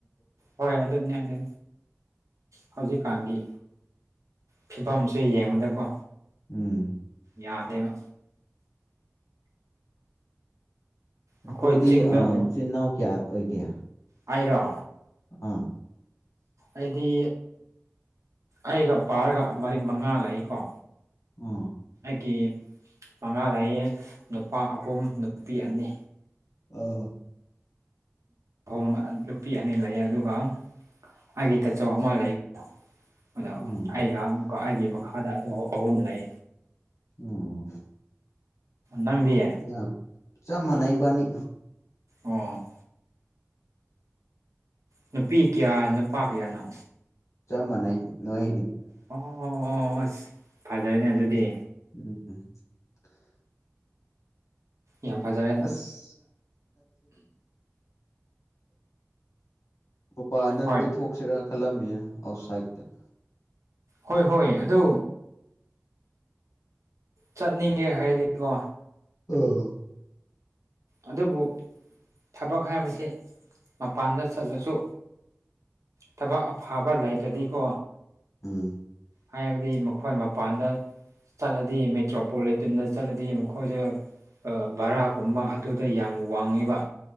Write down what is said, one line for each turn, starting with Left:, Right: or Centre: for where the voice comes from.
Right: ꯍꯣꯏ ꯑꯗꯨꯅꯦ ꯑꯗꯨ ꯍꯧꯖꯤꯛꯀꯥꯟꯒꯤ ꯐꯤꯕꯝꯁꯦ ꯌꯦꯡꯕꯗꯀꯣ
Left: ꯎꯝ
Right: ꯌꯥꯗꯦꯕ ꯑꯩꯈꯣꯏ
Left: ꯄ꯭ꯔꯣꯗꯤ
Right: ꯆꯤꯡꯗ
Left: ꯆꯤꯟ ꯏꯅꯥꯎ ꯀꯌꯥ ꯑꯣꯏꯒꯦ
Right: ꯍꯥꯏꯔꯣ
Left: ꯑꯥ
Right: ꯑꯩꯗꯤ ꯑꯩꯒ ꯄꯥꯔꯒ ꯃꯔꯤꯛ ꯃꯉꯥ ꯂꯏꯀꯣ
Left: ꯑꯥ
Right: ꯑꯩꯒꯤ ꯃꯉꯥ ꯂꯌꯦ ꯅꯨꯄꯥ ꯑꯍꯨꯝ ꯅꯨꯄꯤ ꯑꯅꯤ
Left: ꯑꯥ
Right: ꯑꯍꯨꯝ ꯅꯨꯄꯤ ꯑꯅꯤ ꯂꯩ ꯑꯗꯨꯒ ꯑꯩꯒꯤ ꯇꯥꯆꯧ ꯑꯃ ꯂꯩꯨ ꯑꯗꯣ
Left: ꯎꯝ
Right: ꯑꯩꯒ ꯑꯃꯨꯛꯀ ꯑꯩꯒꯤ ꯃꯈꯥꯗ ꯑ ꯑꯍꯨꯝ ꯂꯩ
Left: ꯎꯝ
Right: ꯅꯪꯗꯤ
Left: ꯌꯥꯝ ꯆ ꯃꯅꯥꯏꯕꯅꯤ
Right: ꯑꯣ ꯅꯨꯄꯤ ꯀꯌꯥ ꯅꯨꯄꯥ ꯀꯌꯥꯅꯣ
Left: ꯆꯝ ꯃꯅꯩ ꯅꯣꯏ
Right: ꯑꯣ ꯑꯣ ꯑꯁ ꯐꯖꯔꯅꯦ ꯑꯗꯨꯗꯤ
Left: <unintelligible>
Right: ꯌꯥꯝꯐꯖꯔꯦ
Left: ꯑꯁ ꯃꯄꯥꯅ
Right: ꯍꯣꯏ
Left: ꯀꯣꯏꯊꯣꯛꯁꯤꯔ ꯈꯂꯝꯃꯤ ꯑꯁꯥꯏꯗ
Right: ꯍꯣꯏ ꯍꯣꯏ ꯑꯗꯨ ꯆꯠꯅꯤꯡꯒꯦ ꯍꯥꯏꯔꯗꯤꯀꯣ꯫
Left: ꯎꯝ꯫
Right: ꯑꯗꯨꯕꯨ ꯊꯕꯛ ꯍꯥꯏꯕꯁꯤ ꯃꯄꯥꯟꯗ ꯆꯠꯂꯁꯨ ꯊꯕꯛ ꯑꯐꯕ ꯂꯩꯇ꯭ꯔꯗꯤꯀꯣ
Left: ꯎꯝ
Right: ꯍꯥꯏꯕꯗꯤ ꯑꯩꯈꯣꯏ ꯃꯄꯥꯟꯗ ꯆꯠꯂꯗꯤ ꯃꯦꯇ꯭ꯔꯣꯄꯣꯂꯤꯇꯤꯟꯗ ꯆꯠꯂꯗꯤ ꯃꯈꯣꯏꯁꯨ ꯕꯔꯥꯒꯨꯝꯕ ꯑꯗꯨꯗ ꯌꯥꯝ ꯋꯥꯡꯉꯤꯕ꯫